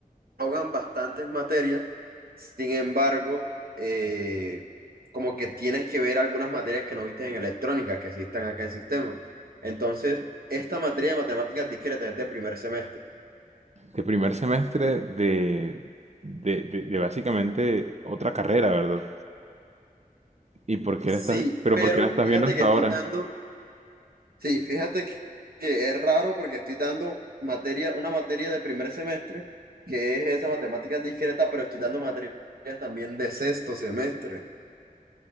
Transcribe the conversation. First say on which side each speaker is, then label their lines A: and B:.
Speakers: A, on the right; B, on the right.
A: ahogan bastantes materias, sin embargo, eh, como que tienes que ver algunas materias que no viste en electrónica, que sí están acá en sistema. Entonces, esta materia de matemáticas discretas es de primer semestre.
B: De primer semestre de, de, de, de básicamente otra carrera, ¿verdad? ¿Y por qué
A: Sí,
B: la estás, pero
A: pero
B: por qué la estás
A: fíjate
B: viendo hasta
A: que estoy
B: ahora?
A: dando, sí, fíjate que, que es raro porque estoy dando materia, una materia de primer semestre, que es esa matemática discreta, pero estoy dando materias también de sexto semestre.